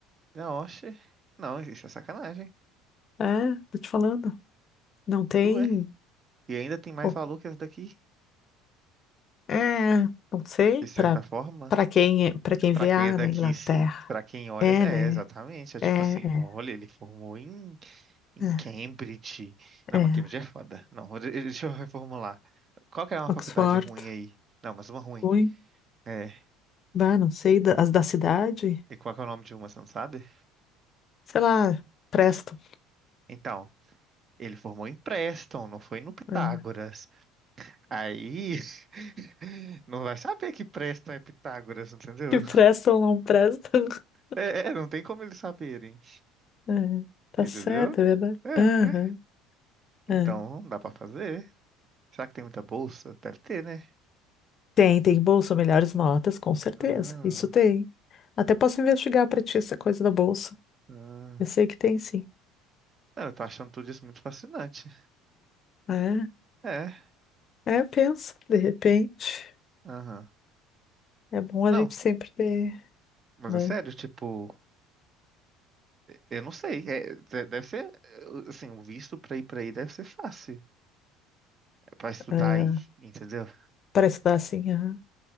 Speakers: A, on the right; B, on the left.
A: Não, oxe. Não, isso é sacanagem.
B: É, tô te falando. Não tem.
A: Ué. E ainda tem mais
B: Bom,
A: valor que essa daqui,
B: é, não sei,
A: de certa
B: pra,
A: forma.
B: pra quem, para quem
A: Pra
B: vê,
A: quem
B: ah,
A: é daqui,
B: na Inglaterra.
A: sim. Pra quem olha,
B: É,
A: é,
B: né?
A: exatamente. É tipo
B: É,
A: assim,
B: é,
A: olha, ele formou em, em
B: é,
A: Cambridge. Não,
B: é.
A: mas Cambridge é foda. Não, de- deixa eu reformular. Qual que é uma
B: Oxford.
A: faculdade ruim aí? Não, mas uma ruim.
B: Ruim.
A: É.
B: Bah, não sei, da- as da cidade,
A: E qual que é o nome de uma, você não sabe?
B: sei lá, prestam.
A: Então, ele formou em Preston, não foi no Pitágoras.
B: É.
A: Aí, <laughs> não vai saber que Preston é Pitágoras, entendeu?
B: Que prestam ou não prestam. <laughs>
A: É, é, não tem como eles saberem,
B: É, Tá
A: entendeu?
B: certo, é verdade.
A: É,
B: Aham, é.
A: então, não dá pra fazer. Será que tem muita bolsa? Deve ter, né?
B: Tem, tem bolsa, melhores notas, com certeza.
A: Ah,
B: Isso tem. Até posso investigar pra ti essa coisa da bolsa.
A: ah.
B: Eu sei que tem, sim.
A: Não, eu tô achando tudo isso muito fascinante.
B: É,
A: É,
B: é, pensa, de repente.
A: aham.
B: É bom a
A: Não,
B: gente sempre ter,
A: mas
B: né?
A: é sério, tipo. Eu não sei, é, de- deve ser, eh, assim, o visto pra ir pra aí deve ser fácil, é pra estudar
B: ah,
A: aí, entendeu?
B: pra estudar assim, aham.